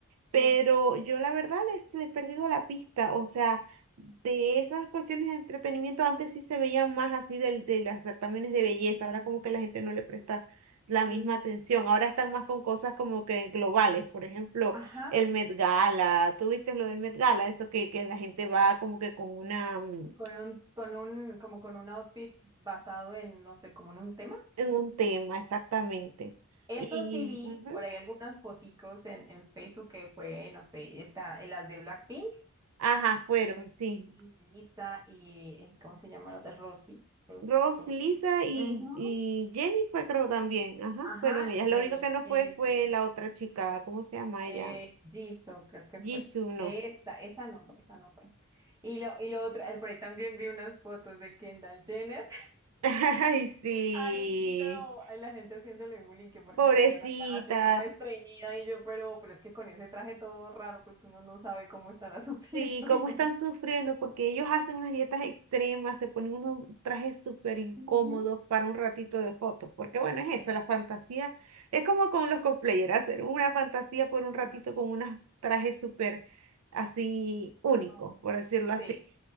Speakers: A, on the right (about 85°); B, on the right (about 15°).
A: Pero
B: Mm.
A: yo la verdad les, les he perdido la pista, o sea, de esas cuestiones de entretenimiento antes sí se veían más así del, de las certámenes de belleza,
B: Ujú,
A: ahora como que la gente no le presta
B: sí.
A: la misma
B: Mm,
A: atención, ahora están más con cosas como que globales, por ejemplo,
B: Ajá,
A: el Met Gala, ¿tú viste lo del Met Gala? Eso que, que la gente va como que con una, mm,
B: con un, con un, como con un outfit basado en, no sé, como en un tema.
A: en un tema exactamente.
B: Eso
A: Y,
B: sí vi
A: ujú,
B: por ahí algunas foticos en, en Facebook que fue, no sé, esta, eh, las de Blackpink,
A: Ajá, fueron,
B: eh,
A: sí.
B: Lisa y, eh, ¿cómo se llama la otra? Rosy Rosy
A: Ross,
B: Rosy
A: Lisa y,
B: Ujú.
A: y Jenny fue creo también, ajá,
B: Ajá,
A: fueron ellas. Lo
B: Jenny,
A: único que no
B: esa.
A: fue fue
B: es.
A: la otra chica, ¿cómo se llama
B: Eh,
A: ella?
B: Jisoo, creo que fue.
A: Jisoo, no.
B: Esa, esa no fue, esa no fue. Y lo, y lo otro, eh, por ahí también vi unas fotos de Kendall Jenner.
A: <laughs> Ay, sí,
B: Ay, no. Ay, la gente haciéndole bullying que porque
A: pobrecita.
B: tenía una cara así como estreñida y yo, pero, pero es que con ese traje todo raro, pues uno no sabe cómo estará <laughs> sufriendo.
A: Sí, cómo
B: y-
A: están sufriendo porque ellos hacen unas dietas extremas, se ponen unos trajes súper incómodos
B: Ujú.
A: para un ratito de fotos, porque bueno,
B: Sí,
A: es eso, la fantasía. Es como con los cosplayers, hacer una fantasía por un ratito
B: uno.
A: con unos trajes súper así únicos,
B: no.
A: por decirlo así.
B: Sí,